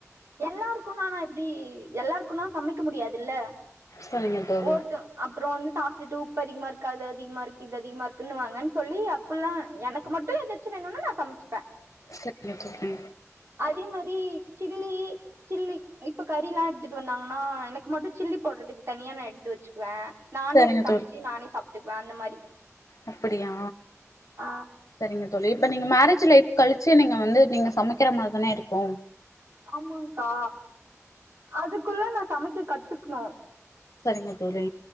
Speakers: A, on the right; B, on the left.
A: எல்லாருக்கும் நானா இப்டி எல்லாருக்கும்னா சமைக்க முடியாதுல்ல
B: சரிங்க தோழி
A: ஒருத்தர் அப்புறோ வந்து சாப்பிட்டுட்டு உப்பு அதிகமா இருக்கு அது அதிகமா இருக்கு இது அதிகமா இருக்குன்னு வாங்கன்னு சொல்லி இப்பல்லாம் எனக்கு மட்டும் எதாச்சும் வேணும்னு நா சமச்சுப்பே
B: சரிங்க தோழி
A: அதே மாரி சில்லி சில்லி இப்ப கறி எல்லாம் எடுத்துட்டு வந்தாங்கன்னா எனக்கு மட்டும் சில்லி போடுறதுக்கு தனியா நா எடுத்து வச்சிக்குவேன் நானே
B: சரிங்க
A: அது சமச்சு நானே சாப்டுக்குவேன் அந்த மாரி
B: அப்டியா
A: ஆ
B: சரிங்க தோழி இப்ப நீங்க மேரேஜ் லைப் கழிச்சு நீங்க வந்து நீங்க சமைக்கிற மாரி தான இருக்கும்
A: ஆமாங்கா அதுக்குள்ள நா சமைக்க கத்துக்குணு
B: சரிங்க தோழி